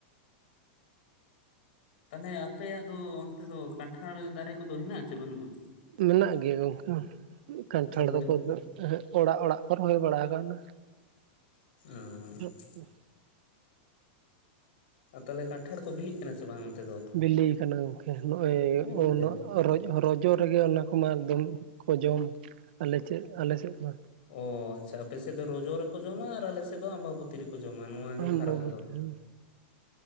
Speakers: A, on the left (about 60°); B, on the right (about 55°).
A: ᱛᱟᱦᱚᱞᱮ ᱟᱯᱮᱭᱟᱜ ᱫᱚ ᱚᱱᱛᱮ ᱫᱚ ᱠᱟᱱᱴᱷᱟᱲ ᱫᱟᱨᱮ ᱠᱚᱫᱚ ᱦᱮᱱᱟᱜ ᱟᱥᱮ ᱵᱟᱹᱱᱩᱜᱼᱟ᱾
B: ᱢᱮᱱᱟᱜ ᱜᱮᱭᱟ ᱜᱚᱝᱠᱮ ᱠᱟᱱᱴᱷᱟᱲ
A: ᱫᱟᱨᱮ
B: ᱫᱚᱠᱚᱼᱼ
A: ᱠᱚ
B: ᱚᱲᱟᱜ ᱚᱲᱟᱜ ᱠᱚ ᱨᱚᱦᱚᱭ ᱵᱟᱲᱟ ᱟᱠᱟᱱᱟ᱾
A: ᱚᱻ
B: ᱦᱮᱸ
A: ᱟᱨ ᱛᱟᱦᱚᱞᱮ ᱠᱟᱱᱴᱷᱟᱲ ᱠᱚ ᱵᱤᱞᱤᱜ ᱠᱟᱱᱟ ᱥᱮ ᱵᱟᱝ ᱚᱱᱛᱮ ᱫᱚ?
B: ᱵᱤᱞᱤᱭᱟ ᱠᱟᱱᱟ ᱜᱚᱢᱠᱮ ᱱᱚᱜᱼᱚᱭ
A: ᱵᱤᱞᱤ ᱠᱟᱱᱟ
B: ᱨᱚᱡᱚᱜ ᱨᱮᱜᱮ ᱚᱱᱟ ᱠᱚᱢᱟ ᱮᱠᱫᱚᱢᱼᱼ ᱠᱚ ᱡᱚᱢ ᱟᱞᱮ ᱪᱮᱫ ᱟᱞᱮ ᱥᱮᱫ ᱢᱟ
A: ᱚ ᱟᱪᱪᱷᱟ ᱟᱯᱮᱥᱮᱫ ᱫᱚ ᱨᱚᱡᱚ ᱨᱮᱠᱚ ᱡᱚᱢᱟ ᱟᱨ ᱟᱞᱮ ᱥᱮᱫ ᱫᱚ ᱟᱢᱵᱟᱵᱩᱛᱤᱼᱼ ᱛᱤ ᱨᱮᱠᱚ ᱡᱚᱢᱟ ᱱᱚᱣᱟ ᱜᱮ
B: ᱚᱢᱵᱚᱵᱚᱛᱤ
A: ᱯᱷᱟᱨᱟᱠ ᱫᱚ